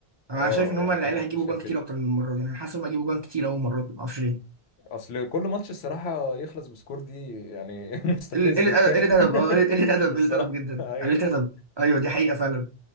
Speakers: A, on the right; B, on the left.
A: انا
B: اه
A: شايف ان هم
B: يعني
A: العيال
B: انا
A: هيجيبوا
B: شايف
A: جوان كتير
B: كده
A: اكتر من المره دي انا حاسس ان هم هيجيبوا جوان كتير اول مره ما اعرفش ليه.
B: اصل كل ماتش الصراحه يخلص بسكور دي يعني <laughs> مستفزه
A: ال- قلة
B: فاهم
A: قلة أدب آه، قلة
B: <laughs>
A: أدب
B: الصراحه
A: قلة أدب جدا
B: ايوه
A: قلة أدب أيوه دي حقيقة فعلا